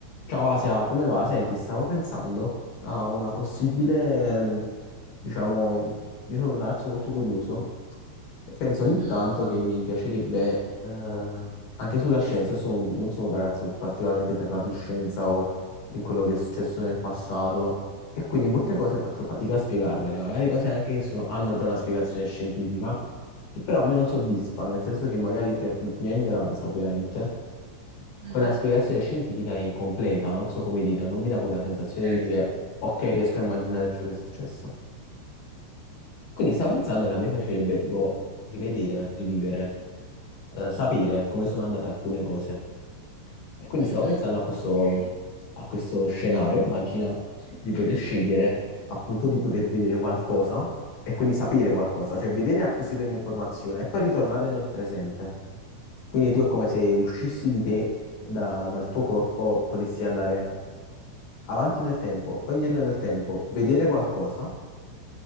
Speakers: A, on the left; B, on the right.
A: Ciao Asia, come va? Senti, stavo pensando a una possibile, ehm, diciamo, io sono un ragazzo molto curioso e penso ogni
B: Mh-mh,
A: tanto che mi piacerebbe, eh, anche sulla scienza, io sono- non sono un ragazzo particolarmente ferrato in scienza o in quello che è successo nel passato e quindi molte cose faccio fatica a spiegarmele, magari cose anche che sono- hanno già una spiegazione scientifica, che però a me non soddisfa, nel senso che magari per mia ignoranza, ovviamente
B: mh-mh,
A: quella spiegazione scientifica è incompleta, non so come dire, non mi dà quella sensazione
B: Certo.
A: di dire ok, riesco a immaginare ciò che è successo. Quindi stavo pensando che a me piacerebbe tipo rivedere, rivivere, eh, sapere come sono andate alcune cose. E quindi
B: mh-mh.
A: stavo pensando a questo,
B: Okay.
A: a questo scenario, immagina di poter scegliere appunto di poter vedere qualcosa e quindi sapere qualcosa, cioè vedere e acquisire un'informazione e poi ritornare nel presente. Quindi tu è come se
B: Ah.
A: uscissi di te da- dal tuo corpo e potessi andare avanti nel tempo o indietro nel tempo, vedere qualcosa.